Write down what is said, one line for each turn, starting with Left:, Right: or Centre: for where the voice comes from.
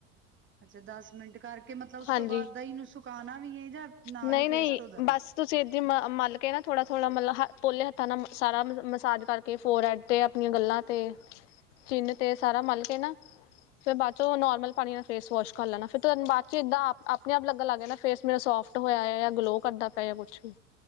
Right: ਅੱਛਾ ਦਸ ਮਿੰਟ ਕਰ ਕੇ ਮਤਲਬ ਉਸ
Left: ਹਾਂਜੀ
Right: ਤੋਂ ਬਾਅਦ ਦਹੀਂ ਨੂੰ ਸੁਕਾਉਣਾ ਵੀ ਹੈ ਜਾਂ ਨਾਲ
Left: ਨਹੀਂ
Right: ਹੀ
Left: ਨਹੀਂ
Right: ਫੇਸ ਧੋ ਦੇਣਾ
Left: ਬਸ ਤੁਸੀਂ ਏਦੀ ਮ ਮਲ ਕੇ ਨਾ ਥੋੜ੍ਹਾ ਥੋੜ੍ਹਾ ਮਤਲਬ ਹ ਪੋਲੇ ਹੱਥਾਂ ਨਾਲ ਮ ਸਾਰਾ ਮ ਮਸਾਜ ਕਰਕੇ ਫੋਰ ਹੈਡ 'ਤੇ ਆਪਣੀਆਂ ਗੱਲਾਂ 'ਤੇ ਚਿੰਨ੍ਹ 'ਤੇ ਸਾਰਾ ਮਲ ਕੇ ਨਾ ਫਿਰ ਬਾਅਦ 'ਚੋਂ ਨੋਰਮਲ ਪਾਣੀ ਨਾਲ ਫੇਸ ਵੋਸ਼ ਕਰ ਲੈਣਾ ਫਿਰ ਤੁੂੰ ਬਾਅਦ 'ਚ ਇੱਦਾਂ ਆਪ ਆਪਣੇ ਆਪ ਲੱਗਣ ਲੱਗ ਗਿਆ ਨਾ ਫੇਸ ਮੇਰਾ ਸੋਫਟ ਹੋਇਆ ਆ ਜਾਂ ਗਲੋਅ ਕਰਦਾ ਪਿਆ ਜਾਂ ਕੁਛ ਵੀ